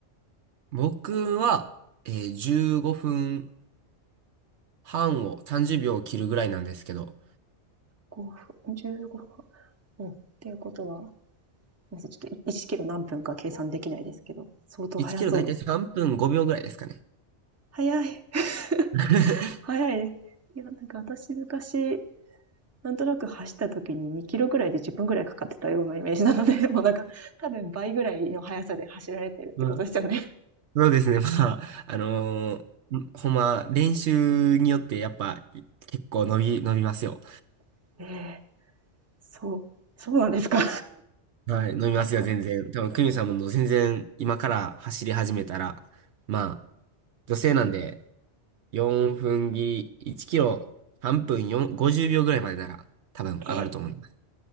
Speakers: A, on the right; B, on the right.
A: 僕は、
B: ?5、
A: えー、15分半を30秒を切るぐらいなんですけど、
B: 5分、15分。うん。っていうことは、すいません。ちょっと1キロ何分か計算できないですけど、相当速そうですね。
A: 1キロだいたい3分5秒ぐらいですかね。
B: 速い。<laughs>
A: <laughs>
B: 速いです。いや、なんか私昔、なんとなく走った時に2キロぐらいで10分ぐらいかかってたようなイメージなので、<laughs> もうなんか多分倍ぐらいの速さで走られてるってことですよね。
A: まあそうですね。まあ、あのーんほんま、練習によってやっぱい結構伸び、伸びますよ。
B: <laughs> ええーそう、そうなんですか。
A: はい、伸びますよ、
B: なんか、
A: 全然。多分、クミさんも全然今から走り始めたら、
B: ええ
A: まあ、女性なんで、
B: うん
A: 4分切り、1キロ、半分4、50秒ぐらいまでなら、多分上がると思います。
B: えー